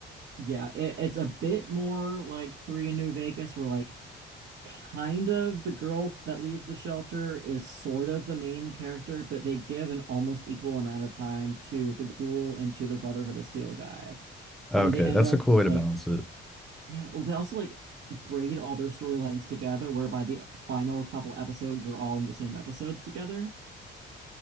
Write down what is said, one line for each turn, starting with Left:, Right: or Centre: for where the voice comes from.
Right: yeah, it, it's a bit more like Three in New Vegas, where like kind of the girl that leaves the shelter is sort of the main character, but they give an almost equal amount of time to the ghoul and to the Brotherhood of Steel guy.
Centre: Okay,
Right: And they end
Centre: that's
Right: up
Centre: a cool way
Right: like,
Centre: to balance it.
Right: yeah, well, they also like braid all their storylines together, whereby the final couple episodes, they're all in the same episodes together.